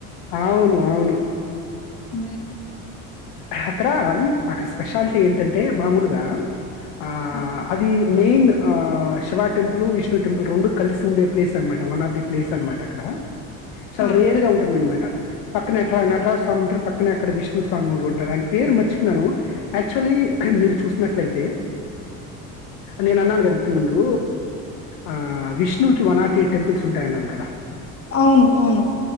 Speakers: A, on the left; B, on the left.
A: ఆవును అవును
B: ఊ
A: హ అక్కడ అక్కడ స్పెషాలిటీ ఏంటంటే మామూలుగా ఆ
B: అక్-
A: అది మెయిన్ ఆ శివ టెంపులు విష్ణు టెంపులు రెండు కలిసి ఉండే ప్లేస్ అనమాట వన్ ఆఫ్ ది ప్లేస్ అనమాట అక్కడ చాలా
B: ఆ
A: రేర్ గా ఉంటుంది అన్నమాట పక్కన నట్రా నటరాజ స్వామి ఉంటారు పక్కనే అక్కడ విష్ణుస్వామి కూడా ఉం టాది అయిన పేరు మర్చిపోయాను యాక్చువల్లీ మీరు చూసినట్లయితే నేను అన్నాను కదా ఇంతకు ముందు ఆ విష్ణువికి వన్నాట్ ఎయిట్ టెంపుల్స్ ఉంటాయ నన్ కదా
B: అవును అవును